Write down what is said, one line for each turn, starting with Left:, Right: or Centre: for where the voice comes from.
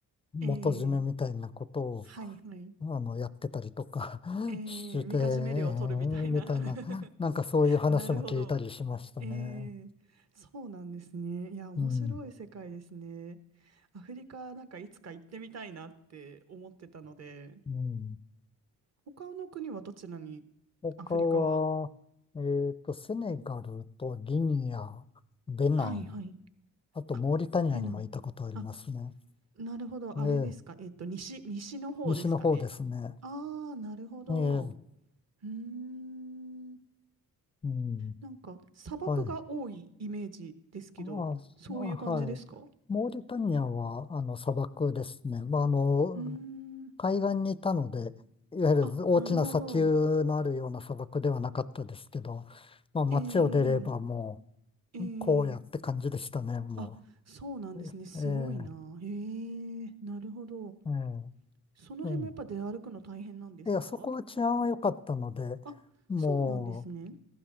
Left: 元締めみたいなことを、
Right: えー、はいはい。
Left: あの、やってたりとか <laughs>
Right: えー、
Left: して、
Right: みかじめ料を取るみたいな。
Left: えーみたいな、なんかそういう話も聞いたりしましたね。
Right: <laughs> なるほど。えー、そうなんですね。いや、面白い世界ですね。
Left: うん。
Right: アフリカなんかいつか行ってみたいなって思ってたので、
Left: うん。
Right: 他の国はどちらに、
Left: 他は、
Right: アフリカは。
Left: えっと、セネガルとギニア、ベナン、
Right: はいはい。
Left: あとモーリタニアにも行ったことありますね。
Right: あ、ベナン。あ、なるほど。
Left: ええ、
Right: あれですか。えっと、西、西の方ですかね。
Left: 西の方ですね。
Right: ああ、なるほど。
Left: ええ、
Right: うーん。
Left: うん。
Right: なんか、砂漠が多いイメージですけど、
Left: はい。ああ、そあはい。
Right: そういう感じですか
Left: モーリタニアは、あの、砂漠ですね。まあ、あの、
Right: うーん。
Left: 海岸にいたので、いわゆる大きな砂丘のあるような砂漠ではなかったですけど、
Right: あ、なるほど。
Left: まあ街を出ればも
Right: ええ、ええ。
Left: う、こうやって感じでしたね、も
Right: あ、そうなんですね。
Left: う。
Right: すごいな。
Left: ええ
Right: ええ、なるほど。
Left: ええ
Right: その辺もやっぱ出歩くの大変なんですか
Left: うんいや、そこは治安は良かったので、
Right: あ、
Left: も
Right: そうなんですね。